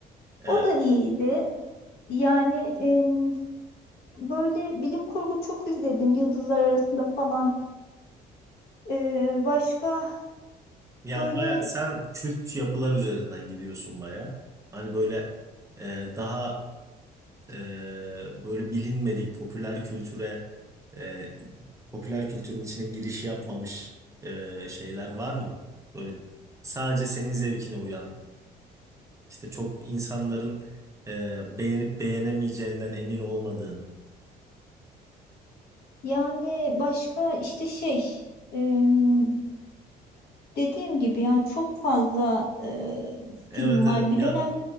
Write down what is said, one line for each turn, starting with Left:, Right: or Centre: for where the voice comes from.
Right: Evet.
Left: O da iyiydi. Yani em, böyle bilim kurgu çok izledim. Yıldızlar Arasında falan. Ee, başka
Right: Yani
Left: böyle
Right: baya, sen kült yapılar üzerinden gidiyorsun baya. Hani böyle e, daha e, böyle bilinmedik popüler kültüre e, popüler kültürün içine giriş yapmamış e, şeyler var mı? Böyle sadece senin zevkine uyan işte çok insanların e, beğenip beğenemeyeceğinden emin olmadığın.
Left: yani başka işte şey em, dediğim gibi ya çok fazla e,
Right: Evet
Left: film
Right: evet
Left: var. Bir
Right: ya
Left: dönem